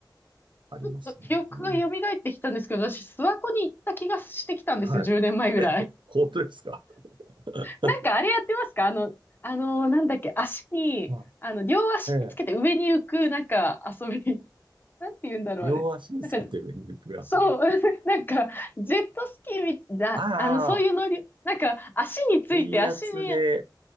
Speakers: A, on the right (about 85°); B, on the left (about 25°).
A: ありますね。
B: ちょっと記憶が蘇ってきたんですけど、
A: うん。
B: 私、諏訪湖に行った気がしてきたんですよ、
A: はい。
B: 10年前ぐらい。
A: <laughs> 本当ですか <laughs>
B: <laughs> なんかあれやってますかあの、あのなんだっけ、足に、
A: は
B: あの、両足につけて上に浮く、
A: い。ええ
B: なんか遊び、なんて言うんだろう、
A: 両足につけて上に浮く遊び。
B: あれ。なんか、そう、<laughs> なんか、ジェットスキーみだ、
A: ああ、
B: あの、そういう乗り、なんか、足について、
A: 水圧で、
B: 足に、